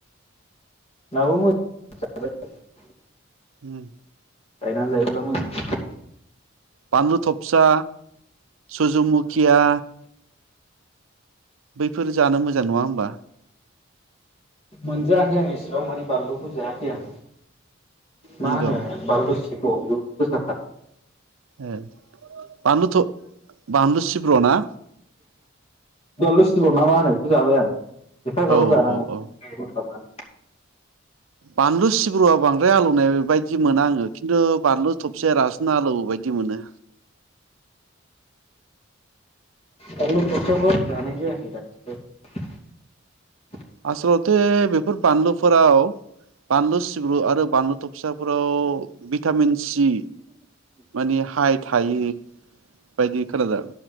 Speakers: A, on the left; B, on the right.
A: म <unintelligible>
B: उम
A: गायना जायोब्ला मोजां
B: बानलु थब सा सुजमुखिया बैफोर जानो मोजां नङा होमबा।
A: मोनजेाख आं‌ एसेबांमाने बानलुखखौ जायाखै आं मा
B: नंगौ
A: होनो बानलु सि सार <unintelligible>
B: ओ बानलु थ बानलु सिब्र' ना?
A: बानलु सिब्र ना मा होनो बिखो जाबाय आं एफा एफाल'
B: औ
A: जानांगौ
B: औ औ
A: आलौथारोना
B: बानलु सिब्रआ बां द्राय आलौनाय बायदि मोना आङो खिन्थु बानलु थबसेया रासिन आलौवो बायदि मोनो।
A: ग खस्थ जानि जद <unintelligible>
B: आसलथे बेफोर बानलु फोराव बानलु सिब्रु आरो बानलु थफसा फोराव भिटामिन सि माने हाय थायो। बायदि खोना जा